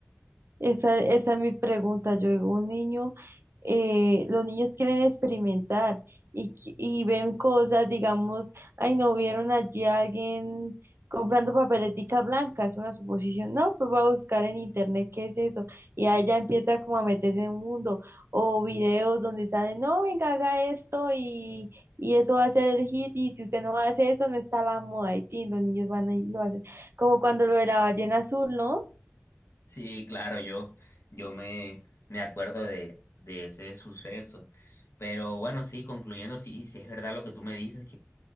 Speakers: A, on the right; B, on the left.
A: Esa, esa es mi pregunta. Yo digo, un niño, eh, los niños quieren experimentar y, qui- y ven cosas, digamos, ay, no vieron allí a alguien comprando papeletica blanca, es una suposición. No, pues voy a buscar en internet qué es eso. Y ahí ya empieza como a meterse en un mundo. O videos donde salen, no, venga, haga esto y, y eso va a ser el hit. Y si usted no hace eso, no está la moda. Y tin, los niños van a lo hacen. Como cuando lo de la ballena azul, ¿no?
B: Sí, claro, yo, yo me, me acuerdo de, de ese suceso. Pero bueno, sí, concluyendo, sí, sí es verdad lo que tú me dices,